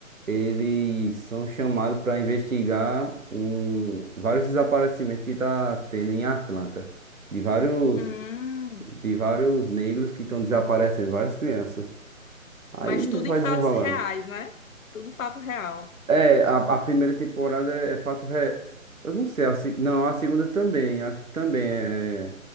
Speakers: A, on the right; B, on the left.
A: eles são chamados para investigar um, vários desaparecimentos que tá tendo em Atlanta. De vários,
B: Hum.
A: de vários negros que estão desaparecendo, várias crianças. Aí
B: Mas tudo
A: vai
B: em fatos
A: desenrolando.
B: reais, né? Tudo fato real.
A: É, a, a primeira temporada é, é fato real. Eu não sei, a, se- não, a segunda também, acho que também é,